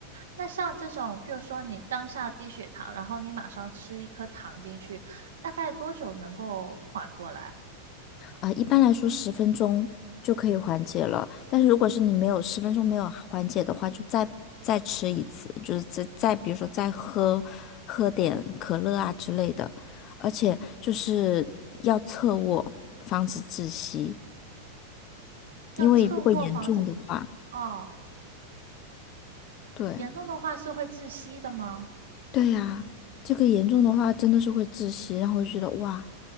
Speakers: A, on the right (about 80°); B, on the left (about 40°).
A: 那像这种，譬如说你当下低血糖，然后你马上吃一颗糖进去，大概多久能够缓过来？
B: 啊、一般来说，十分钟就可以缓解了。但是如果是你没有十分钟没有缓解的话，就再再吃一次，就是再再比如说再喝喝点可乐啊之类的，而且就是要侧卧，防止窒息。
A: 要侧卧防止
B: 因为如果严重的话，
A: 哦，
B: 对
A: 严重的话是会窒息的吗？
B: 对呀，这个严重的话真的是会窒息，然后就觉得哇，